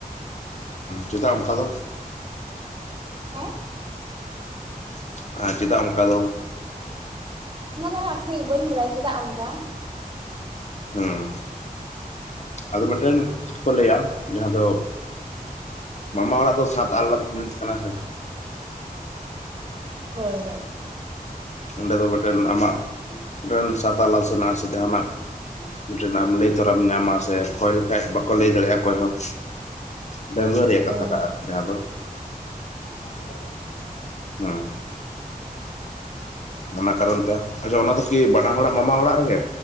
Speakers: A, on the left; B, on the right.
A: ᱪᱮᱫᱟᱜ ᱚᱱᱠᱟ ᱫᱚ?
B: ᱦᱮᱸ
A: <unintelligible> ᱪᱮᱫᱟᱜ ᱚᱱᱠᱟ ᱫᱚ
B: ᱚᱱᱟ ᱫᱚ ᱦᱟᱸᱜ ᱴᱷᱤᱠ ᱵᱟᱹᱧ ᱵᱟᱲᱟᱭ ᱪᱮᱫᱟᱜ ᱟᱱᱠᱟ᱾
A: ᱦᱩᱸ, ᱟᱫᱚ ᱢᱤᱫᱴᱮᱱ ᱠᱚ ᱞᱟᱹᱭᱟ ᱡᱟᱦᱟᱸ ᱫᱚ ᱢᱟᱢᱟ ᱚᱲᱟᱜ ᱫᱚ ᱥᱟᱛ ᱟᱞᱞᱟᱫ ᱡᱤᱱᱤᱥ ᱠᱟᱱᱟ ᱥᱮ
B: ᱦᱳᱭ ᱦᱳᱭ
A: ᱚᱸᱰᱮ ᱫᱚ ᱢᱤᱫᱴᱮᱱ ᱟᱢᱟᱜ ᱢᱤᱫᱴᱮᱱ ᱥᱟᱛᱟᱞᱞᱟᱥ ᱦᱮᱱᱟᱜᱼᱟ ᱥᱮ ᱡᱟᱦᱟᱱᱟᱜ ᱢᱤᱫᱴᱮᱱ ᱞᱟᱹᱭ ᱛᱚᱨᱟᱢ ᱧᱟᱢᱟ ᱥᱮ ᱠᱷᱚᱭ ᱞᱮᱠᱷᱟᱜ ᱵᱟᱠᱚ ᱞᱟᱹᱭ ᱫᱟᱲᱮᱭᱟᱜᱼᱟ ᱚᱠᱚᱭ ᱦᱚᱸ᱾ ᱰᱟ. ᱜᱩᱣᱟᱹ ᱨᱮᱭᱟᱜ
B: ᱦᱳᱭ
A: ᱠᱟᱛᱷᱟᱴᱟᱜ ᱟᱨᱠᱤ ᱡᱟᱦᱟᱸ ᱫᱚ᱾ <unintelligible> ᱦᱩᱸ ᱚᱱᱟ ᱠᱟᱨᱚᱱ ᱛᱮ ᱟᱪᱪᱷᱟ ᱚᱱᱟ ᱫᱚ ᱠᱤ ᱵᱟᱱᱟ ᱦᱚᱲᱟᱜ ᱢᱟᱢᱟ ᱚᱲᱟᱜ ᱨᱮᱜᱮ